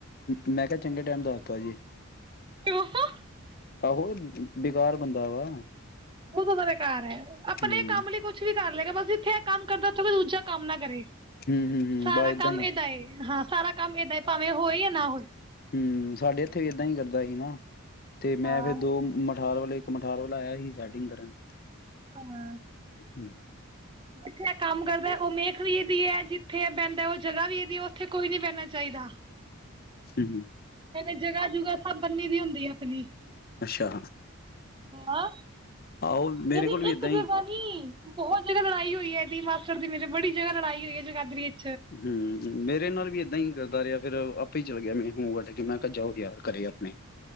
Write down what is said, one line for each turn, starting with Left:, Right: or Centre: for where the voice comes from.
Left: ਮੈਂ ਕਿਹਾ। ਚੰਗੇ ਟਾਈਮ ਦੱਸਤਾ ਜੀ,
Right: ਕਿਉਂ ਬਹੁਤ
Left: ਉਹ ਬੇਕਾਰ ਬੰਦਾ ਵਾ
Right: ਉਦੋ ਸਾਡੇ ਘਰ ਆਇਆ।
Left: ਹਮ
Right: ਆਪਣੇ ਕੰਮ ਲਈ ਕੁੱਛ ਵੀ ਕਰ ਲਏਗਾ, ਬਸ ਜਿਥੇ ਕੰਮ ਕਰਦਾ ਉਥੇ ਕੋਈ ਦੁਜਾ ਕੰਮ ਨਾ ਕਰੇ,
Left: ਹਮ ਹਮ ਹਮ
Right: ਸਾਰਾ
Left: ਬਸ
Right: ਕੰਮ
Left: ਹੀ
Right: ਏਦਾਂ ਏ ਹਾਂ ਸਾਰਾ ਕੰਮ ਏਦਾਂ ਏ ਭਾਵੇਂ ਹੋਏ ਜਾ ਨਾ ਹੋਏ,
Left: ਹੂੰ, ਸਾਡੇ ਇੱਥੇ ਵੀ ਏਦਾਂ ਹੀ ਕਰਦਾ ਸੀ ਨਾ, ਤੇ
Right: ਹਾਂ
Left: ਮੈਂ ਫੇਰ ਦੋ ਮ ਮਠਾਰ ਵਾਲੇ ਇੱਕ ਮਠਾਰ ਵਾਲਾ ਆਇਆ ਸੀ ਸੈਟਿੰਗ ਕਰਨ,
Right: ਹਾਂ,
Left: ਹੂੰ,
Right: ਜਿੱਥੇ ਏ ਕੰਮ ਕਰਦਾ ਉਹ ਮੇਖ ਵੀ ਇਹਦੀ ਹੈ, ਜਿੱਥੇ ਏ ਬਹਿੰਦਾ ਉਹ ਜਗ੍ਹਾ ਵੀ ਇਹਦੀ ਹੈ, ਉੱਥੇ ਕੋਈ ਨੀ ਬਹਿਣਾ ਚਾਹੀਦਾ।
Left: ਹੂੰ-ਹੂੰ,
Right: ਕਹਿੰਦੇ ਜਗ੍ਹਾ ਜੁਗਾ ਸਭ ਬੰਨੀ ਦੀ ਹੁੰਦੀ ਦੀ ਆਪਣੀ।
Left: ਅੱਛਾ
Right: ਆ,
Left: ਆਹੋ ਮੇਰੇ
Right: ਇਹਦੀ
Left: ਕੋਲ ਵੀ
Right: ਇੱਕ
Left: ਏਦਾਂ ਹੀ
Right: ਜਗ੍ਹਾ ਨੀ ਬਹੁਤ ਕੇ ਲੜਾਈ ਹੋਈ ਐ ਇਹਦੀ ਮਾਸੜ ਦੀ ਮੇਰੇ ਬੜੀ ਜਗ੍ਹਾ ਲੜਾਈ ਹੋ ਹੈ ਜਗਾਦਰੀ ਵਿਚ,
Left: ਹੂੰ, ਮੇਰੇ ਨਾਲ ਵੀ ਏਦਾਂ ਹੀ ਕਰਦਾ ਰਿਹਾ। ਫੇਰ ਆਪੇ ਹੀ ਚਲੇ ਗਿਆ, ਮੈਂ ਮੂੰਹ ਵੱਟ ਕੇ ਮੈਂ ਕਿਹਾ ਜਾਓ, ਯਾਰ ਘਰੇ ਆਪਣੇ